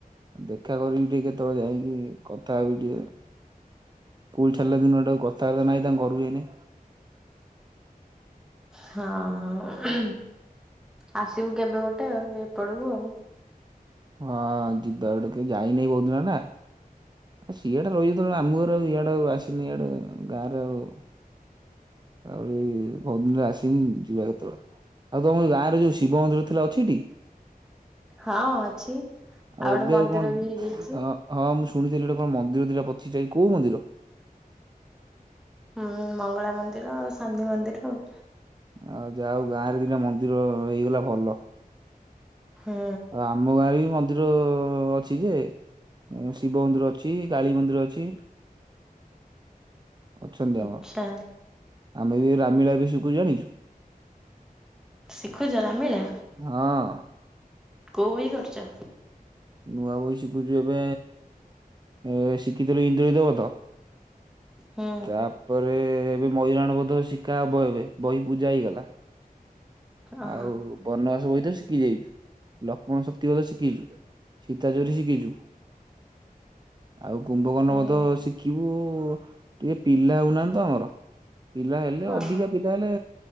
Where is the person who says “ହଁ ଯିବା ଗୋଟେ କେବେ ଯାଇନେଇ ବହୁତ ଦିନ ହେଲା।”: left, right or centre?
Right